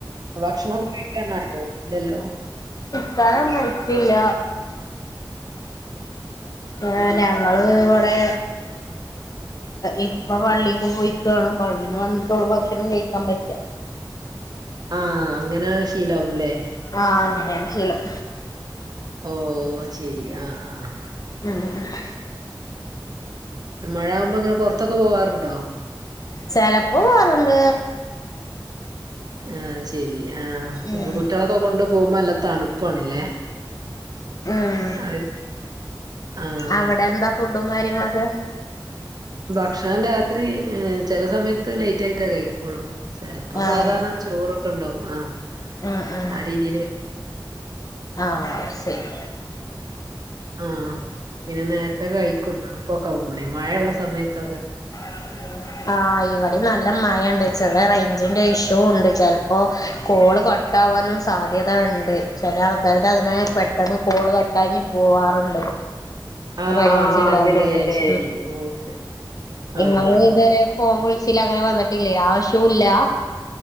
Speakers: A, on the right; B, on the left.
A: ഭക്ഷണം കഴിക്കാനായൊ ഇല്ലല്ലോ
B: കഴിക്കാൻ ഒന്നും ആയിട്ടില്ല ഏ ഞങ്ങള് ഇവിടെ ഇപ്പ പള്ളിക്ക് പോഴിക്കാണ് പള്ളീന്ന് വന്നിട്ട് ഒള്ളു ഭക്ഷണം കഴിക്കാൻ പറ്റാ
A: ആഹ് അങ്ങനെ ശീലവുംല്ലേ
B: ആഹ് അങ്ങനെയാണ് ശീലം
A: ഓ ശരി ആഹ് ആഹ്
B: ഉംഹ്
A: മഴ ആകുമ്പോ അങ്ങനെ പൊറത്തൊക്കെ പോവാറുണ്ടോ
B: ചിലപ്പോ പോവാറുണ്ട്
A: ആഹ് ശെരി ആഹ്
B: ഉം
A: കുട്ടികളൊക്കെ കൊണ്ട് പോകുമ്പോ നല്ലാ തണുപ്പാണ്ല്ലേ
B: ഉം
A: അവര് ആഹ്
B: അവിടെ എന്താ ഫുഡും കാര്യങ്ങളൊക്കെ
A: ഭക്ഷണം രാത്രി ചില സമയത്ത് ലേറ്റ് ആയിട്ടാ കഴിക്കുള്ളൂ ചിലപ്പോ
B: ആഹ്
A: സാധാരണ ചോറൊക്കൊണ്ടോ ആഹ്
B: ഉം ഉം
A: ആഹ് രീതിയിൽ
B: ആഹ് ശരി
A: ആഹ് പിന്നെ നേരത്തെ കഴിക്കും തണുപ്പൊക്കെ അവുമ്പലെ മഴയുള്ള സമയത്ത് ഒകെ
B: <unintelligible> ആഹ് ഇവിടെയും നല്ല മഴ ഇണ്ട് ചെറുങ്ങനെ റേഞ്ചിന്റെ ഇഷ്യൂ ഉണ്ട് ചെലപ്പോ കോള് കട്ടാവാനും സാധ്യത ഇണ്ട് ചില ആൾക്കാരുടെ അങ്ങനെ പെട്ടെന്ന് കോള് ക കഴിഞ്ഞ് പോവാറുണ്ട്
A: ആഹ്
B: റേഞ്ച്
A: അങ്ങനെണ്ടില്ലേ
B: ഇല്ലാത്തോണ്ടേ
A: ശെരി ഓക്കെ
B: നിങ്ങള്
A: ആഹ്
B: ഇതുവരെ ഫോം വിളിച്ചിലങ്ങനെ വന്നിട്ടില്ലേ ആഹ് ഇഷ്യുയില്ലാ